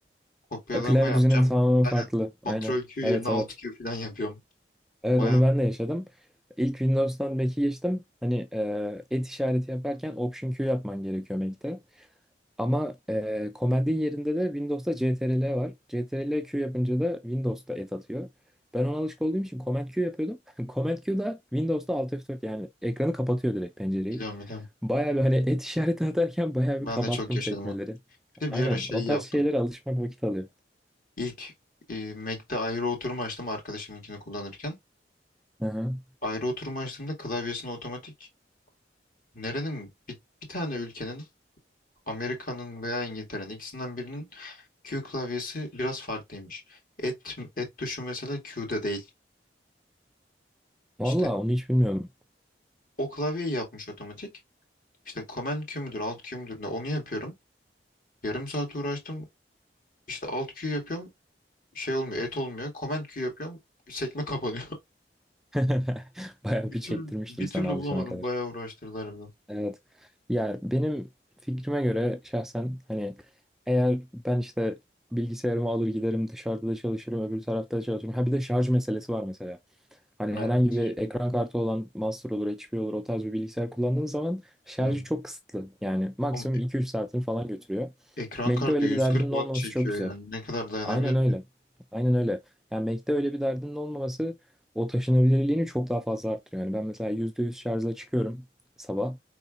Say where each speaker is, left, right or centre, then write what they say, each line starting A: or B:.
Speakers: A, on the left (about 50°); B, in the centre.
A: Kopyalama
B: E, Klavye
A: yapacağım.
B: düzenin tamamen
A: Aynen.
B: farklı. Aynen.
A: Ctrl Q yerine
B: Evet
A: Alt
B: evet.
A: Q falan yapıyorum.
B: Evet
A: Bayağı
B: onu ben de yaşadım. İlk Windows'tan Mac'e geçtim. Hani e, et işareti yaparken Option Q yapman gerekiyor Mac'te. Ama e, Command'in yerinde de Windows'ta CTRL var. CTRL Q yapınca da Windows'ta et atıyor. Ben ona alışık olduğum için Command Q yapıyordum. <laughs> Command Q da Windows'ta Alt F4 yani ekranı kapatıyor direkt pencereyi.
A: biliyorum biliyorum.
B: Bayağı bir hani et işareti <laughs> atarken bayağı
A: Ben
B: bir kapattım
A: de çok yaşadım
B: sekmeleri.
A: onu. Bir de
B: Aynen
A: bir ara şey
B: o
A: yaptım.
B: tarz şeylere alışmak vakit alıyor.
A: İlk e, Mac'te ayrı oturma açtım arkadaşımınkini kullanırken.
B: Hı hı.
A: Ayrı oturma açtığımda klavyesini otomatik nerenin bir, bir tane ülkenin Amerika'nın veya İngiltere'nin ikisinden birinin Q klavyesi biraz farklıymış. Et, et tuşu mesela Q'da değil.
B: Vallahi
A: İşte
B: onu hiç bilmiyorum.
A: o klavyeyi yapmış otomatik. İşte command Q müdür, alt Q müdür ne onu yapıyorum. Yarım saat uğraştım. İşte alt Q yapıyorum. Şey olmuyor, et olmuyor. Command Q yapıyorum. Sekme kapanıyor. <laughs>
B: <laughs> Bayağı
A: Bir
B: bir
A: türlü,
B: çektirmiştir
A: bir
B: sana
A: türlü
B: alışana
A: bulamadım.
B: kadar.
A: Bayağı uğraştırdı harbiden.
B: Evet. Ya benim fikrime göre şahsen hani eğer ben işte bilgisayarımı alır giderim dışarıda da çalışırım öbür tarafta da çalışırım. Ha bir de şarj meselesi var mesela. Hani
A: Evet.
B: herhangi bir ekran kartı olan Monster olur, HP olur o tarz bir bilgisayar kullandığın zaman şarjı
A: Yani
B: çok kısıtlı. Yani maksimum
A: Ama
B: iki üç saatini falan götürüyor.
A: e- ekran
B: Mac'te
A: kartı
B: öyle
A: 140
B: bir derdinin
A: watt
B: olmaması
A: çekiyor
B: çok güzel.
A: yani. Ne kadar dayanabilir
B: Aynen öyle.
A: ki?
B: Aynen öyle. Yani Mac'te öyle bir derdinin olmaması o taşınabilirliğini çok daha fazla arttırıyor. Yani ben mesela %100 şarjla çıkıyorum sabah.